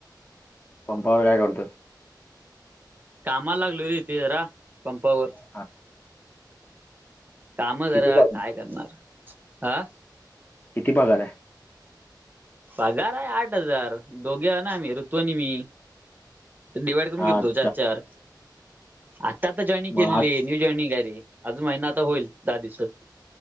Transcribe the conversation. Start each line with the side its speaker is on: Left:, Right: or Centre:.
Left: पंपावर काय करतो?
Right: कामाला लागलो रे इथे जरा पंपावर.
Left: हा.
Right: काम जरा
Left: किती पगार
Right: काय करणार आ
Left: किती पगार आहे?
Right: पगार आहे आठ हजार दोघे हना आम्ही रु तू आणि मी डिवाइड करून
Left: हा,
Right: घेतो
Left: अच्छा
Right: चार चार. आता आता जॉईनी
Left: मग
Right: केलेली
Left: आज
Right: आहे न्यू जॉइनिंग आहे रे आजून महिना आता होईल दहा दिवसात.